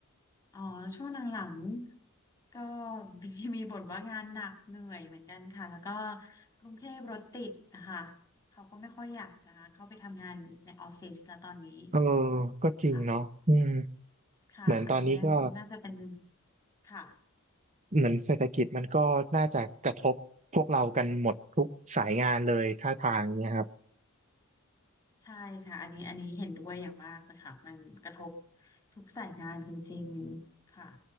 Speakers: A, on the left; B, on the right.
A: อ๋อช่วงหลังๆก็มีมีบ่นว่างานหนักเหนื่อยเหมือนกันค่ะ แล้วก็กรุงเทพรถติดนะคะเขาก็ไม่ค่อยอยากจะเข้าไปทำงานในออฟฟิศแล้วตอนนี้
B: เออก็จริงเนาะอืม
A: ค่ะค่ะ
B: เหมือนตอนนี้ก็
A: อันนี้น่าจะเป็นค่ะ
B: เหมือนเศรษฐกิจมันก็น่าจะกระทบพวกเรากันหมดทุกสายงานเลยท่าทางเนี่ยครับ
A: ใช่ค่ะอันนี้อันนี้เห็นด้วยอย่างมากนะคะมันกระทบทุกสายงานจริงๆค่ะ